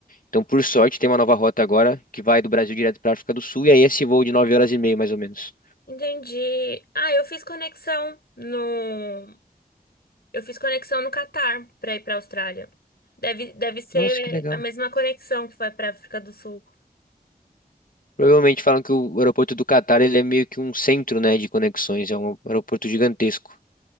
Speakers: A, on the left (about 60°); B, on the left (about 80°).
A: Então, por sorte, tem uma nova rota agora que vai do Brasil direto para a África do Sul. E aí esse voo de 9 horas e meia, mais ou menos.
B: Entendi. Ah, eu fiz conexão no. Eu fiz conexão no Catar pra ir pra Austrália. Deve, deve ser
A: Nossa, que legal.
B: a mesma conexão que vai pra África do Sul.
A: Provavelmente falam que o aeroporto do Catar ele é meio que um centro, né, de conexões. É um aeroporto gigantesco.